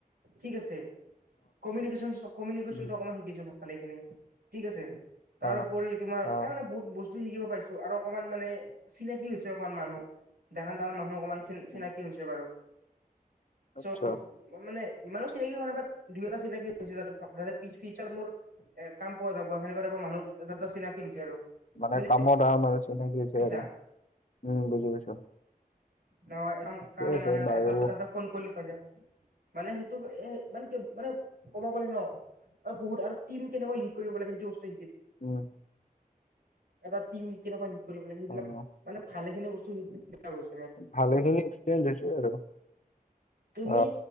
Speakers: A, on the right; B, on the left.
A: ঠিক আছে। কমিউনিকেশনটো
B: উম,
A: অকমান শিকিছো ভালখিনি ঠিক আছে। তাৰোপৰি
B: অ',
A: তোমাৰ
B: অ'।
A: এ মানে বহুত বস্তু শিকিব পাইছো আৰু। অকণমান মানে চিনাকি হৈছে অকমান মানুহ ডাঙৰ, ডাঙৰ মানুহ অকমান চ চিনাকি
B: উম,
A: হৈছে বাৰু।
B: আচ্ছা
A: চব মানে ইমানো চিনাকি হোৱা নাই বাট দুই এটা চিনাকি হৈছে ফিৰত মোৰ এ কাম পোৱা যাব সে মানুহ এটা, এটা চিনাকি হৈছে আৰু
B: মানে
A: বুজি
B: কামত মানে চিনাকিছে
A: পাইছা
B: আৰু উম বুজি পাইছো।
A: ন এ
B: ঠিকে
A: কাম
B: আছে
A: মান এ
B: বাৰু
A: আ ফোন কৰিবল পাইে মানে হেইটো হে মানে কি মানে ক'ব গ'লে ন বহুত আৰু টিম কেনেকৈ লিড কৰিব লাগে সেইটো বস্তু।
B: উম,
A: এটা টিম কেনে কৰিব লাগে সেইবিলাক
B: অ',
A: মানে ভালে খিনি বস্তু ছে
B: ভালেখিনি এক্সেঞ্জ আছে আৰু
A: তুমি
B: অ